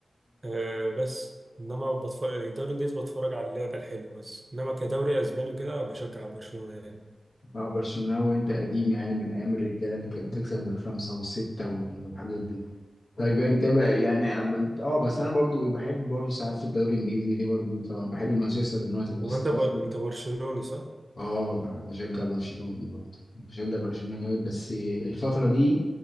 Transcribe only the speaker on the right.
آه بس إنما بتفرج الدوري الإنجليزي بتفرج على اللعب الحلو بس إنما كدوري أسباني وكده بشجع برشلونة يعني
هو أنت
ب... أنت برشلوني صح؟